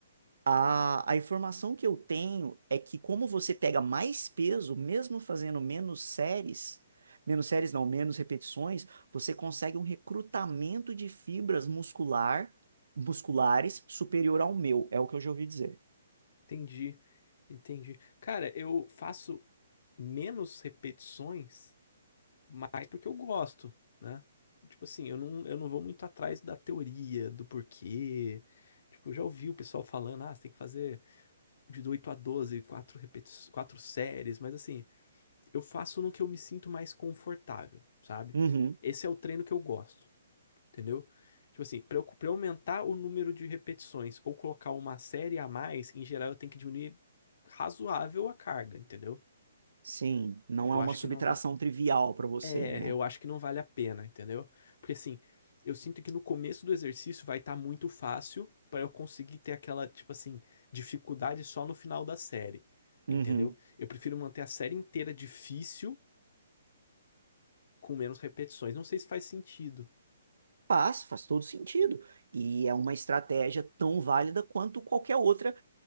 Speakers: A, on the right; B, on the left.
A: A, a informação que eu tenho é que como você pega mais peso, mesmo fazendo menos séries, menos séries não, menos repetições, você consegue um recrutamento de fibras muscular, musculares superior ao meu, é o que eu já ouvi dizer.
B: Entendi, entendi. Cara, eu faço menos repetições, mas porque eu gosto, né? Tipo assim, eu não, eu não vou muito atrás da teoria, do porquê. Tipo, eu já ouvi o pessoal falando, ah, você tem que fazer de 8 a 12, quatro repeti quatro séries, mas assim, eu faço no que eu me sinto mais confortável, sabe?
A: Uhum,
B: Esse é o treino que eu gosto entendeu? Tipo assim, para eu, pra eu aumentar o número de repetições ou colocar uma série a mais, em geral eu tenho que diminuir razoável a carga, entendeu?
A: sim, não
B: Eu
A: é uma
B: acho
A: subtração
B: que não vai.
A: trivial para você,
B: É,
A: né?
B: eu acho que não vale a pena, entendeu? Porque assim, eu sinto que no começo do exercício vai estar muito fácil para eu conseguir ter aquela, tipo assim, dificuldade só no final da série,
A: Uhum.
B: entendeu? Eu prefiro manter a série inteira difícil com menos repetições. Não sei se faz sentido,
A: Faz, faz todo sentido. E é uma estratégia tão válida quanto qualquer outra,